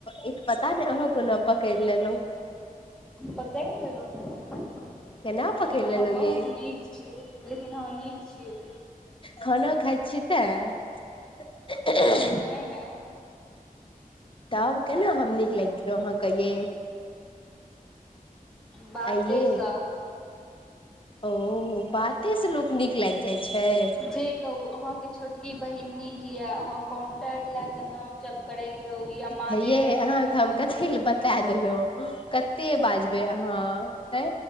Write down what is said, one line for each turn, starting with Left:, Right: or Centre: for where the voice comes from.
Left: ई त पता नहि अहाँ कोना पकड़ि लेलहु।
Centre: प क ललो ने।
Left: केना
Centre: लेकिन
Left: पकड़ि लेलहु
Centre: अहाँ बहुत
Left: ये
Centre: नीक छियै लेकिन अहाँ नीक छियै।
Left: खाना खा छीय त <unintelligible>
Centre: नहि नहि।
Left: तब केना हम नीक लागि गेलहुं अहांके ये।
Centre: बाते
Left: आइये
Centre: सँ।
Left: ओ बाते से लोक नीक लागि जाय छैय।
Centre: जे कहू अहाँके छोटकी बहिन नीक य अहा काउण्टर लए कऽ नाम जब करैत रहौ या माले
Left: हे ये
Centre: लए
Left: अहाँके
Centre: क नाम
Left: हम
Centre: जपरैत
Left: कथी ले
Centre: रहु।
Left: बता देलहुँ कते बाजबै अहाँ हैं।